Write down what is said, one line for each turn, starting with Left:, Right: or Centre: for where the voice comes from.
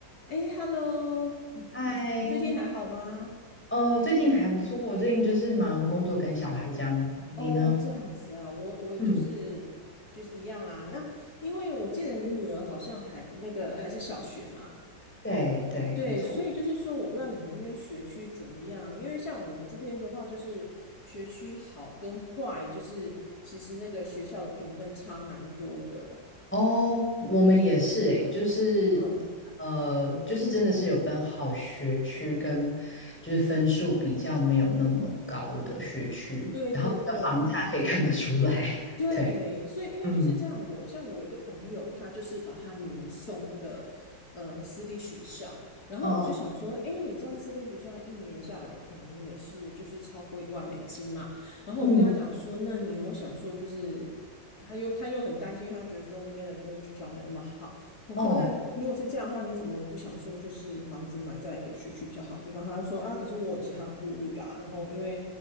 Left: 哎，Hello，你你你最近还好吗？
Centre: 嗨，呃，最近还不错，我最近就是忙工作跟小孩这样子。
Left: 哦，
Centre: 你呢？
Left: 这样子啊，我我也就是就是一样啊。
Centre: 嗯，
Left: 那因为我记得你女儿好像还那个还是小学嘛，
Centre: 对对，
Left: 对，
Centre: 没错。
Left: 所以就是说，我不知道你们那边学区怎么样。因为像我们这边的话，就是学区好跟坏，就是其实那个学校的评分差蛮多的。
Centre: 哦，我们也是诶，就是
Left: 嗯，
Centre: 呃，就是真的是有分好学区跟就是分数比较没有那么高的学区，
Left: 对对对。
Centre: 然后你的房价可以看得出来。<laughs>
Left: 对，
Centre: 对，
Left: 所以因为就是这样我，
Centre: 嗯，
Left: 像我一个朋友，他就是把他女儿送那个呃私立学校，然后我就想说，
Centre: 哦，哦，
Left: 诶，你这样私立学校一年下来可能也是就是超过一万美金嘛，然后我就跟他讲说，
Centre: 嗯，
Left: 那你有没有想说就是？他又他又很担心，他觉得说那边的公立学校没有那么好，我说，
Centre: 哦，
Left: 那如果是这样的话，你怎么不想说就是房子买在一个学区比较好的地方？他就说啊，可是我有其他的顾虑啊。然后因为